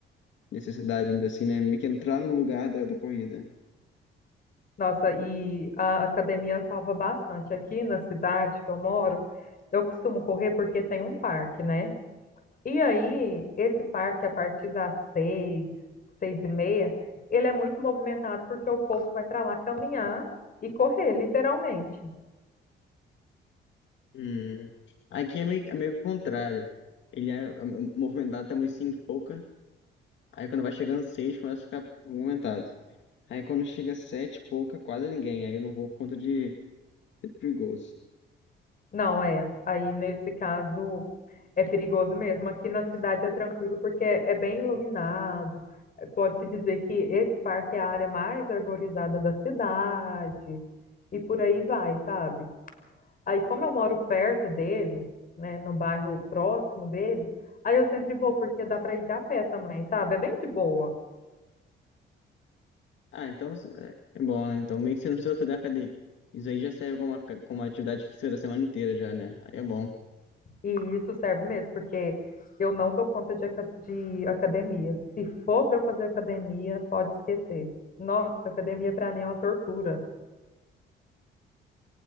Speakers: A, on the left; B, on the left.
A: necessidade, vamos dizer assim, né? Meio que entrar no lugar da, da corrida.
B: Nossa, e a academia salva bastante. Aqui na cidade que eu moro, eu costumo correr porque tem um parque, né? E aí, esse parque, a partir das seis, seis e meia, ele é muito movimentado porque o povo vai para lá caminhar e correr, literalmente.
A: Hum. Aqui é meio, é meio que o contrário. Ele é é movimentado até umas cinco e pouca. Aí quando vai chegando seis começa a ficar movimentado. Aí quando chega sete e pouca, quase ninguém. Aí eu não vou por conta de ser perigoso.
B: Não, é. Aí, nesse caso, é perigoso mesmo. Aqui na cidade é tranquilo porque é é bem iluminado. Pode-se dizer que esse parque é a área mais arborizada da cidade. E por aí vai, sabe? Aí, como eu moro perto dele, né, no bairro próximo dele, aí eu sempre vou, porque dá para ir de a pé também, sabe? É bem de boa.
A: Ah, então é é bom, né? Então meio que você não precisa fazer academia. Isso aí já serve como uma, como uma atividade física da semana inteira já, né? Aí é bom.
B: E isso serve mesmo, porque eu não dou conta de, aca- de academia. Se for para eu fazer academia, pode esquecer. Nossa, academia para mim é uma tortura.